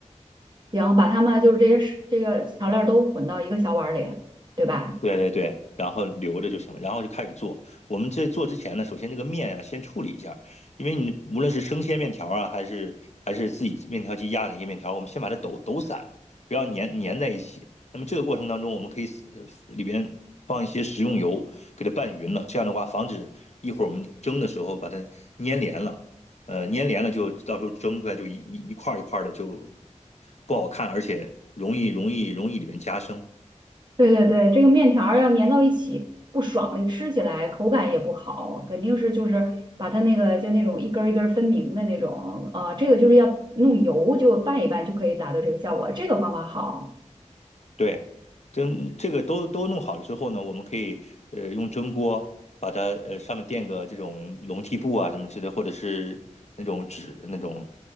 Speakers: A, on the right; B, on the left.
A: 行，把它们就是这些食这个调料都混到一个小碗儿里，对吧？
B: 对对对，然后留着就行了，然后就开始做。我们在做之前呢，首先这个面啊，先处理一下，因为你无论是生鲜面条啊，还是还是自己面条机压的一些面条，我们先把它抖抖散，不要粘粘在一起。那么这个过程当中，我们可以呃里边放一些食用油，给它拌匀了，这样的话防止一会儿我们蒸的时候把它粘连了。呃，粘连了就到时候蒸出来就一一一块儿一块儿的就不好看，而且容易容易容易里面夹生。
A: 对对对，这个面条儿要粘到一起不爽，吃起来口感也不好，肯定是就是把它那个就那种一根儿一根儿分明的那种啊、这个就是要弄油就拌一拌就可以达到这个效果，这个方法好。
B: 对，蒸这个都都弄好了之后呢，我们可以呃用蒸锅把它呃上面垫个这种笼屉布啊什么之类的，或者是那种纸那种